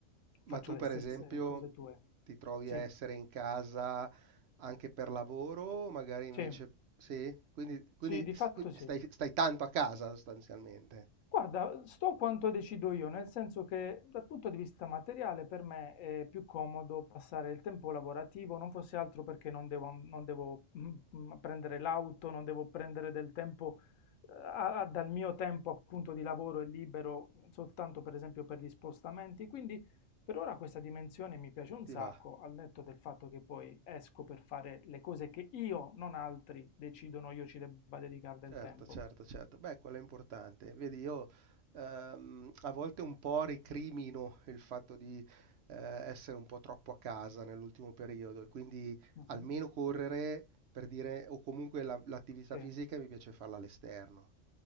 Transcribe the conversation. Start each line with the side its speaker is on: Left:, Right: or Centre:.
Left: faccio
Right: Ma tu,
Left: le
Right: per
Left: stesse
Right: esempio,
Left: cose tue.
Right: ti trovi
Left: Sì,
Right: a essere in casa anche per lavoro, magari invece
Left: sì,
Right: sì, quindi, quindi-
Left: sì, di fatto
Right: quindi
Left: sì.
Right: stai, stai tanto a casa sostanzialmente,
Left: Guarda, sto quanto decido io, nel senso che dal punto di vista materiale per me è più comodo passare il tempo lavorativo, non fosse altro perché non devo, non devo, mm, mm, prendere l'auto, non devo prendere del tempo, eh, a- a- dal mio tempo appunto di lavoro e libero soltanto per esempio per gli spostamenti. Quindi per ora questa dimensione mi piace un
Right: ti
Left: sacco,
Right: va?
Left: al netto del fatto che poi esco per fare le cose che io, non altri, decidono io ci debba dedicare del
Right: Certo,
Left: tempo.
Right: certo, certo. Beh, quello è importante. Vedi, io ehm, a volte un po' recrimino il fatto di eh, essere un po' troppo a casa nell'ultimo periodo e quindi
Left: Mhm.
Right: almeno correre per dire, o comunque la- l'attività
Left: Sì.
Right: fisica mi piace farla all'esterno.